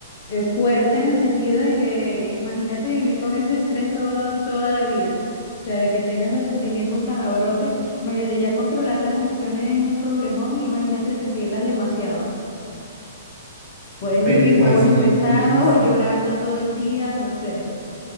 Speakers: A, on the left; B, on the right.
A: eh, fuerte en el sentido de que eh, imagínate vivir con ese estrés todo, toda la vida. O sea, de que tengas los sentimientos tan a brote. Imagínate, ya controlar las emociones es un problemón, imagínate sentirlas demasiado. Puedes
B: Pero
A: vivir
B: igual
A: o
B: si
A: estresado
B: no tienes,
A: o llorando todo el día, no sé.